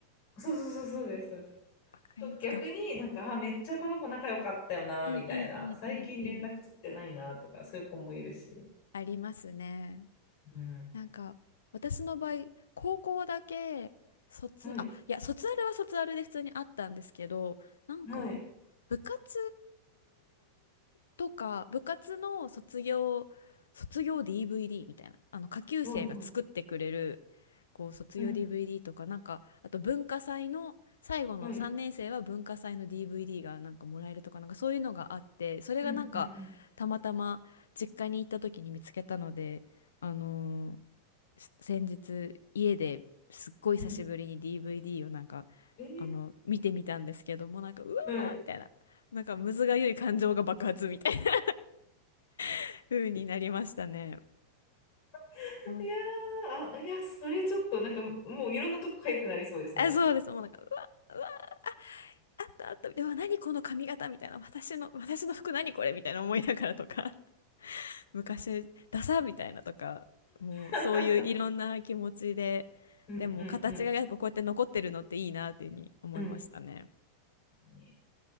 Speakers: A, on the left; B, on the left.
A: そうそうそうそうです、そうです。
B: わかりますか
A: と逆になんか、あ、めっちゃこの子仲良かったよな、
B: うんうんうんうんうん。
A: みたいな。最近連絡取ってないな、とか、そういう子もいるし。
B: ありますね。
A: うん。
B: なんか私の場合高校だけ卒あいや卒アルは卒アルで普通にあったんですけどなんか
A: はい。はい。
B: 部活とか部活の卒業卒業 DVD みたいなあの下級生が作ってくれる
A: うんはい。はい。
B: こう卒業
A: うん。
B: DVD とかなんかあと文化祭の最後の3年生は文化祭の
A: はい。
B: DVD がなんかもらえるとかなんかそういうのがあってそれがなんかたまたま実家に行った時に見つけたので。
A: うん。うん。うん。
B: あのーす先日家ですっごい久しぶりに
A: うん
B: DVD をなんか
A: えー、
B: あの見てみたんですけどもなんかうわーみたいななんかむずがゆい感情が爆発みたいな
A: はい。
B: <laughs> 風になりましたね。
A: <laughs>
B: そう
A: いやー、あ、いや、それちょっとなんか、もういろんなとこ痒くなりそうですね。
B: あ、そうです。もうなんかうわうわあったあったでも何この髪型みたいな私の私の服何これみたいな思いながらとか <laughs> 昔ダサみたいなとかもうそういういろんな気持ちででも形がやっぱこうやって残ってるのっていいなっていうふうに思いましたね。
A: <laughs> うんうんうん。うんに。